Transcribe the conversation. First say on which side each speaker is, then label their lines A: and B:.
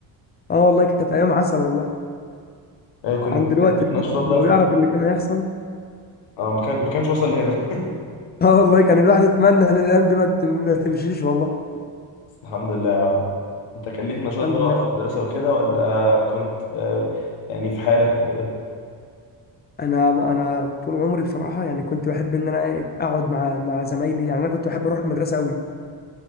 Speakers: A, on the left (about 25°); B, on the left (about 85°).
A: اه والله كانت ايام عسل والله
B: ايه كنت
A: عن دلوقتي
B: كان ليك
A: الواحد
B: نشاطات بقى
A: لو
B: في
A: يعرف
B: في-
A: اللي كان هيحصل
B: اه ما كان ما كانش وصل لهنا <laughs>
A: اه والله كان الواحد يتمنى ان الايام دي ما تم- ما تمشيش والله
B: بس الحمد لله يا عم انت كان ليك نشاط
A: الحمد
B: بقى
A: لله
B: وقت المدرسه وكده ولا كنت آه، يعني في حالك وكده
A: انا انا طول عمري بصراحه يعني كنت بحب ان انا إيه اقعد مع مع زمايلي يعني انا كنت بحب اروح المدرسه قوي